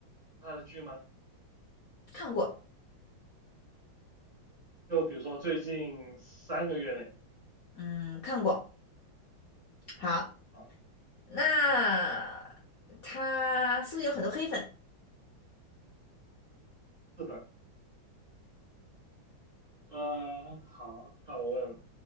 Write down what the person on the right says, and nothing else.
他的剧吗？
就比如说最近三个月内
啊，
是的，呃，好，到我问，